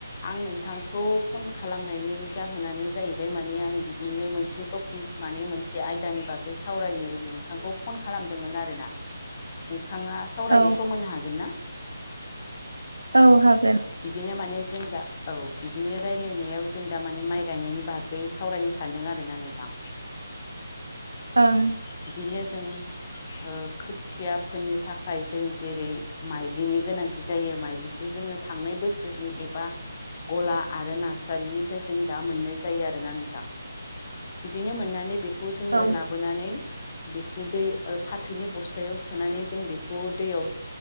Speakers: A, on the left (about 30°); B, on the right (about 70°).
A: आं नोंथांखौ फन खालामनायनि जाहोनानो जाहैबाय माने आं बिदिनो मोनसे- <unintelligible> माने मोनसे आयदानि बागै सावरायनो नोंथांखौ फन खालामदोंमोन आरोना। नोंथाङा सावरायनो
B: औ
A: समायनो हागोन ना
B: औ हागोन
A: बिदिनो माने जों दा औ बिदिनो रायलायनायाव जों दा माने माइ गायनायनि बाहागो बै सावरायनो सानदों आरो ना नोंथां
B: ओं
A: बिदिनो जों ओ खोथिया फोननो थाखाय जों जेरै माइलिनि गोनांथि जायो माइलिखौ जोङो थांनाय बोसोरनि एबा गला आरो नारसारिनिफ्राय जों दा मोननाय जायो आरोना नोंथां। बिदिनो मोननानै बेखौ जोङो
B: औ
A: लाबो नानै बेखौ दै फाथोनि बस्थायाव सोनानै जों बेखौ दैयाव